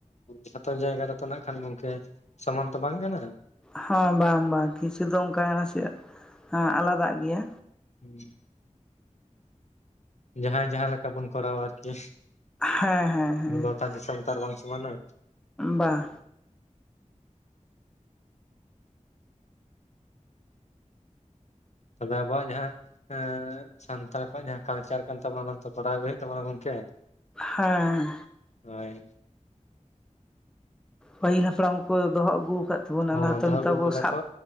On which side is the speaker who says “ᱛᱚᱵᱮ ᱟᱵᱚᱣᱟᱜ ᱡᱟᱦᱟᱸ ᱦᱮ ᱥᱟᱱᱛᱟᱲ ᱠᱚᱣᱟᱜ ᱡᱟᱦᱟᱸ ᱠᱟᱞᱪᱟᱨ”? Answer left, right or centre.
Left